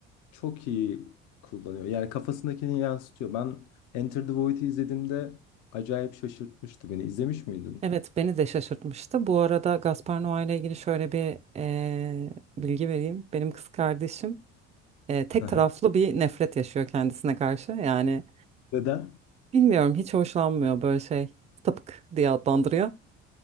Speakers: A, on the left; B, on the right.
A: çok iyi kullanıyor. Yani kafasındakini yansıtıyor. Ben Enter the Void'i izlediğimde acayip şaşırtmıştı beni. İzlemiş miydin?
B: evet beni de şaşırtmıştı. Bu arada Gaspar Noé ile ilgili şöyle bir eee, bilgi vereyim. Benim kız kardeşim eee, tek
A: Aha.
B: taraflı bir nefret yaşıyor kendisine karşı. Yani.
A: Neden?
B: Bilmiyorum hiç hoşlanmıyor böyle şey. Sapık diye adlandırıyor.